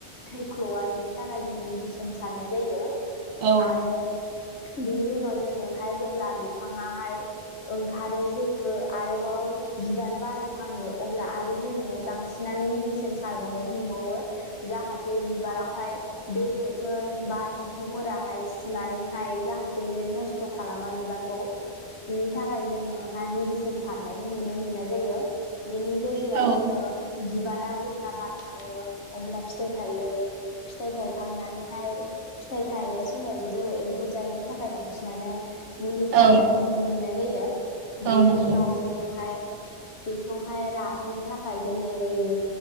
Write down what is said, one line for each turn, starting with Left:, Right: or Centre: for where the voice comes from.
Left: थैख्ल'आ बिनि थाखाय जोङो मेडिसिन सारनाय जायो
Right: औ
Left: आरो बिनि उनाव जोङोहाय जेब्ला बिफाङाहाय ओंखारो जौवोबो आरोबाव बिबार बारो हाङो अब्ला आरो जोङोहाय बांसिन बिनानै मेदिसिन सारबावनायखौ नुबावो जाहाथे बिबारावहाय बेरे फोर बा एम्फौफोराहाय सुनानैहाय जाहाथे नस्थ' खालामा बिबारखौ। बिनि थाखाय जोङो हाय मेडिसिन सारनायखौ नुनो मोननाय जायो। बेनि गेजेराव
Right: औ
Left: जोङो बिबारा जेब्ला बारखाङो अब्ला फिथाइ थायो। फिथाइ थायखांनानैहाय फिथाइ थायनाय समावबो जोङो एम्फौ जायिनि थाखाय बांसिनानो मुलि
Right: औ
Left: सारनायखौ नुनो मोननाय जायो
Right: औ
Left: बेनि
Right: नंगौ
Left: उनाव जोङोहाय बेखौहाय राहोनो थाखाय दोननाय जायो।